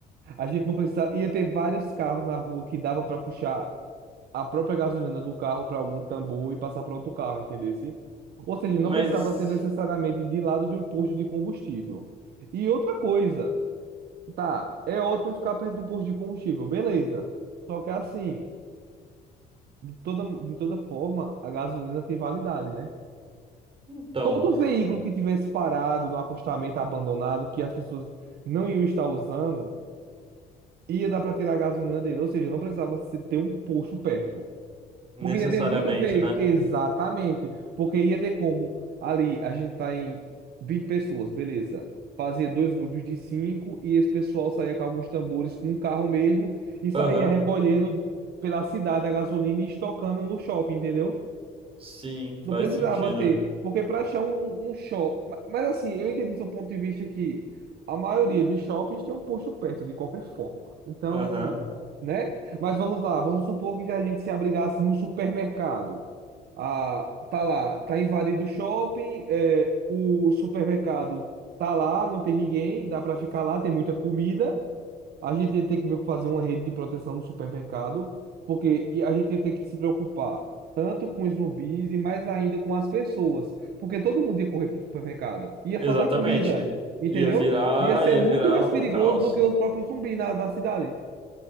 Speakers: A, on the right; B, on the right.
A: A gente não precisava. Ia ter vários carros na rua que dava para puxar a própria gasolina do carro para algum tambor e passar para outro carro, entendesse? Ou seja,
B: mas
A: não precisava ser necessariamente de lado de um posto de combustível. E outra coisa, tá, é ótimo ficar perto de um posto de combustível, beleza. Só que assim, de toda, de toda forma, a gasolina tem validade, né?
B: então,
A: Todo veículo que tivesse parado no acostamento abandonado, que as pessoas não iam estar usando, ia dar para tirar a gasolina dele. Ou seja, não precisava se- ter um posto perto.
B: necessariamente,
A: Porque ia ter muito veículo.
B: né?
A: Exatamente. Porque ia ter como. Ali, a gente tá em 20 pessoas, beleza. Fazia dois grupos de cinco e esse pessoal saía com alguns tambores com um carro mesmo e saía
B: Aham,
A: recolhendo pela cidade a gasolina e estocando no shopping, entendeu?
B: sim, faz
A: Não precisava
B: sentido.
A: ter, porque para achar um, um shopping. Mas assim, eu entendi seu ponto de vista que a maioria dos shoppings tem um posto perto, de qualquer forma. Então,
B: Aham,
A: né? Mas vamos lá, vamos supor que se a gente se abrigasse num supermercado. Ah, tá lá, tá invadido o shopping, é, o supermercado tá lá, não tem ninguém, dá para ficar lá, tem muita comida. A gente ia ter que meio que fazer uma rede de proteção no supermercado, porque e a gente ia ter que se preocupar tanto com os zumbis e mais ainda com as pessoas, porque todo mundo ia correr para o supermercado. Ia
B: exatamente.
A: faltar comida, entendeu?
B: Ia virar,
A: Ia ser
B: ia virar
A: muito mais
B: um
A: perigoso
B: caos.
A: do que os próprios zumbis na, na cidade.